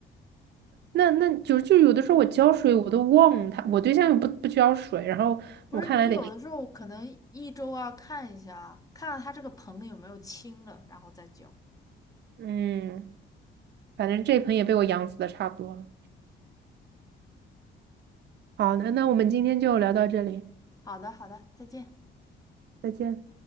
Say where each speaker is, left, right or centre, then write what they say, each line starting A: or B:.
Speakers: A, on the right (about 60°); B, on the left (about 20°).
A: 那那就就有的时候我浇水我都忘了它，我对象又不不浇水，然后我看来得，
B: 不是你有的时候可能一周啊看一下啊看看它这个硼有没有清了，然后再浇。
A: 嗯，反正这盆也被我养死的差不多了。好，那那我们今天就聊到这里，
B: 好的，好的，再见。
A: 再见。